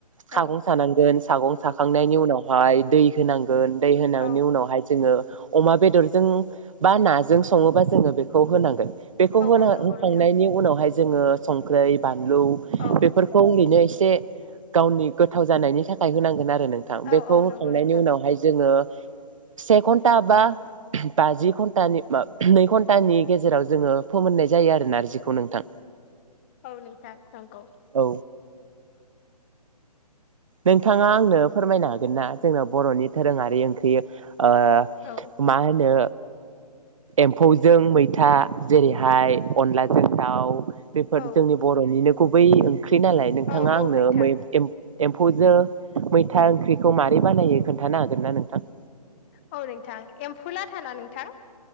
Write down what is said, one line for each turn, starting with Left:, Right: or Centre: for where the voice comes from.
Right: सागं
Left: औ
Right: सानांगोन सागं साखांनायनि उनावहाय दै होनां गोन दै होनांनि
Left: औ
Right: उनावहाय जोङो अमा बेदरजों बा नाजों सङोबा जोङो बेखौ होनांगोन। बेखौ होना
Left: औ नंगौ
Right: होखांनायनि
Left: नोंथां
Right: उनावहाय जोङो संख्रै बा लौ
Left: औ
Right: बेफोरखौ नो एसे से गावनि गोथाव जानायनि थाखाय होनांगोन आरो। नोंथां
Left: औ
Right: बेखौ
Left: औ
Right: होखांनायनि
Left: नंगौ नोंथां
Right: उनावहाय जोङो से घन्टा बा बाजि घन्टानि म नै घन्टानि गेजेराव जोङो फोमोननाय जायो आरो नारजिखौ नोंथां।
Left: औ नोंथां नंगौ।
Right: औ नोंथाङा आंनो फोरमायनो हागोन ना जोंनाव बर'नि दोरोङारि ओंख्रि ओ
Left: औ
Right: मा होनो एम्फौजों मैथा जेरै हाय अनलाजों दाव बेफोर
Left: औ
Right: जोंनि बर'निनो गुबै ओं ख्रि नालाय नोंथाङा
Left: औ औ
Right: आंनो
Left: नोंथां
Right: मै एम एम्फौजों मैथा ओंख्रिखौ मारै बानायो खोन्थानो हागोन ना नोंथां?
Left: औ नोंथां एम्फु लाथा ना नोंथां?